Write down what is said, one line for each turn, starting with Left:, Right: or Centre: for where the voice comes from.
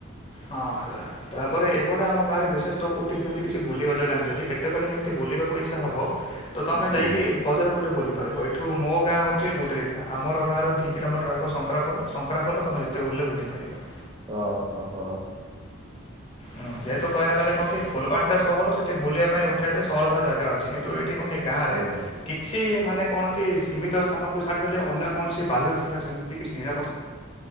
Left: ହଁ ହେଲା ତାପରେ ଏପଟେ ଆମ ଗାଁରେ ବିଶେଷ ତ କୋଉ ସେମତି କିଛି ବୁଲିବା ଜାଗା ନାହିଁ, ଯଦି କେତେବେଳେ କେମିତି ବଲିବାକୁ ଇଚ୍ଛା ହବ ତ ତମେ
Right: ହୁଁ।
Left: ଯାଇକି ବଜାର ପୋଟେ ବୁଲି ପାରିବ ଏଠୁ ମୋ ଗାଁ ହଉଛି ଗୋଟେ ଦି କିଲୋମିଟର ଆମର ଗାଁ ର ଦି କିଲୋମିଟର ଆଗ ଶଙ୍କରାଖୋଲ, ଶଙ୍କରାଖୋଲ ତମେ ଯେତେ ବୁଲଲେ ବୁଲି ପାରିବ।
Right: ଓହୋ ହୋ।
Left: ହୁ ଯେହେତୁ କହିବାକୁ ଗଲେ କଣ କି ଫୁଲବାଣୀ ଟା ସହର ସେଠି ବୁଲିବା ପାଇଁ ଉଠେଇବା ପାଇଁ ସହର ସାରା ଜାଗା ଅଛି। କିନ୍ତୁ ଏଇଠି କନ୍ତି ଗାଁରେ
Right: ହଁ
Left: କିଛି ମାନେ କଣ କି ସୀମିତ ସ୍ଥାନକୁ ଛାଡିଦେଲେ ଅନ୍ୟ କୌଣସି ବାହ୍ୟ ସ୍ଥାନ ସେମତି କିଛି ନିରା